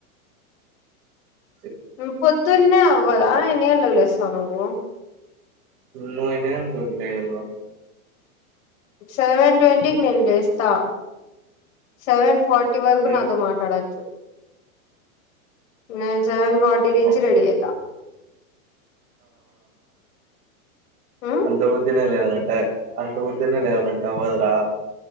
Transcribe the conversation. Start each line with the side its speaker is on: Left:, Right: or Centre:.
Right: అ
Left: నువ్ పొద్దున్నే అవ్వదా ఎన్ని గంటకి లేస్తావు నువ్వు
Right: నువ్ ఎన్ని గంటలకి లేయల
Left: సెవెన్ ట్వంటీకి నేను లేస్తా సెవెన్ ఫార్టీ వరకు
Right: నీ
Left: నాతో మాట్లాడొచ్చు నేన్ సెవెన్ ఫార్టీ నుంచి
Right: ఓ,
Left: రెడీ అయితా హ్మ్.
Right: అంత పొద్దున్నే లేవాలా టే అంత పోద్దునే లేవాలంటవ్ కదా రా